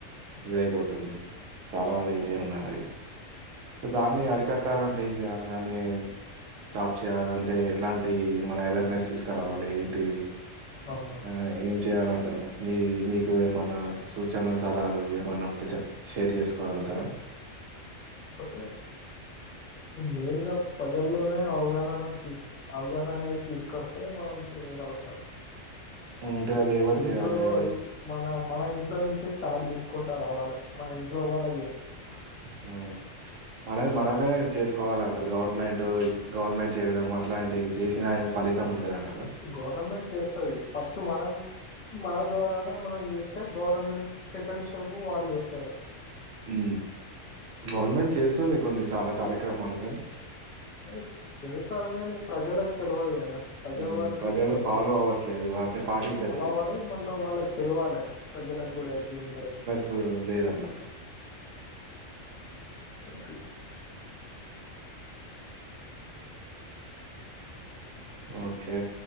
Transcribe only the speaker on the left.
అవును
కస మెయిన్ గా ప్రజల్లోనే అవగాహన అనేది అవగాహన అనేది తీసుకొస్తే మనం చేయగలుగుతాము
ఇంట్లో
మన మన ఇంట్లో నుంచే స్టార్ట్ చేసుకుంటారు రావాలే మన ఇంట్లో వాళ్ళ
గవర్నమెంట్ చేస్తుది ఫస్ట్ మనం మన ద్వారా మనం చేస్తు గవర్నమెంట్ సెకండ్ స్టెప్ వాళ్ళు చేస్తారు
అనీ చేశారు గానీ ప్రజలకు తెలియదు కదా ప్రజల
వకి
తెలియదు
కాదు
చాలా వారు మళ్ళం వాళ్ళకి తెలివాలి ప్రజలకు కూడా అయితే ఉంటది
అట్లా